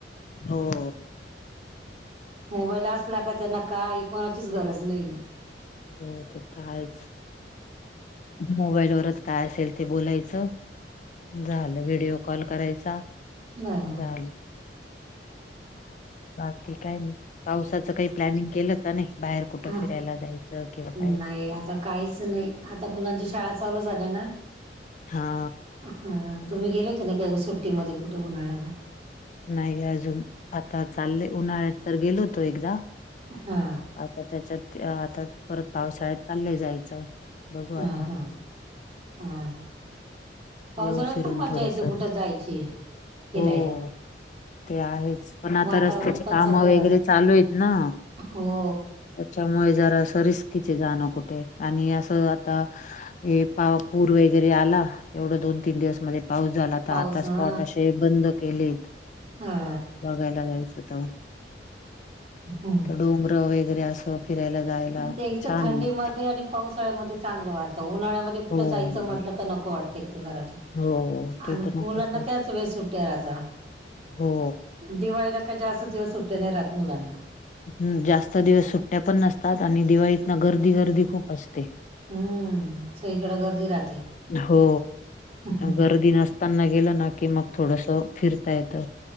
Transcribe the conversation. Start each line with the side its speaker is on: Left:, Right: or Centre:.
Left: हो.
Right: मोबाईल असला का त्यांना काही कोणाचीच गरज नाहीेय.
Left: हो ते तर आहेच मोबाईलवरच काय असेल ते बोलायचं. झालं. व्हिडिओ कॉल करायचा.
Right: नाहा
Left: झालं बाकी काय नाही. पावसाच काही प्लॅनिंग केलं का नाही? बाहेर कुठं
Right: ह
Left: फिरायला जायचं किंवा
Right: नाही
Left: काय
Right: आता काहीच नाही. आता मुलांची शाळाच चालू झालय ना?
Left: हा.
Right: ह तुम्ही गेले होते ना का सुट्टीमध्ये कुठ उन्हाळ्याला?
Left: नाही अजून आता चालले उन्हाळ्यात तर गेलो होतो एकदा.
Right: हा.
Left: आता त्याच्यात आता परत पावसाळ्यात चाललंय जायचं. बघू
Right: हा
Left: आता.
Right: हा हा पावसाळ्यात
Left: येऊ फिरून
Right: पण मज्जा
Left: थोडस
Right: येते कुठ जायची फिरायला.
Left: हो ते आहेच पण आता
Right: वातावरण
Left: रस्त्याचे
Right: पण
Left: कामं
Right: चांगलं
Left: वगैरे
Right: राहत
Left: चालू आहेत ना?
Right: हो
Left: त्याच्यामुळे जरा असं रिस्कीच आहे जाणं कुठे आणि असं आता हे पाव पूर वगैरे आला एवढ दोन तीन दिवस मध्ये पाऊस झाला. आता
Right: पाऊस
Left: आता स्पॉट
Right: हा
Left: अशे बंद केलेत
Right: हा
Left: बघायला जायचं तर
Right: हम्म.
Left: डोंगरं वगैरे असं फिरायला जायला
Right: ते एक
Left: छान
Right: तर थंडीमध्ये
Left: आहे.
Right: आणि पावसाळ्यामध्ये चांगलं वाटतं उन्हाळ्यामध्ये कुठं
Left: हो
Right: जायचं म्हटलं का नको वाटतं. <unintelligible> घरातून
Left: हो ते
Right: आणि
Left: तर
Right: मुलांना
Left: नकोच वाट
Right: त्याच वेळेत सुट्ट्या राहता.
Left: हो.
Right: दिवाळीला काय जास्त दिवस सुट्ट्या नाही राहत मुलांना.
Left: हम जास्त दिवस सुट्ट्या पण नसतात आणि दिवाळीत ना गर्दी गर्दी खूप असते.
Right: हम्म सगळीकड गर्दी राहते.
Left: हो
Right: हम्म.
Left: गर्दी नसताना गेलं ना की मग थोडस फिरता येत.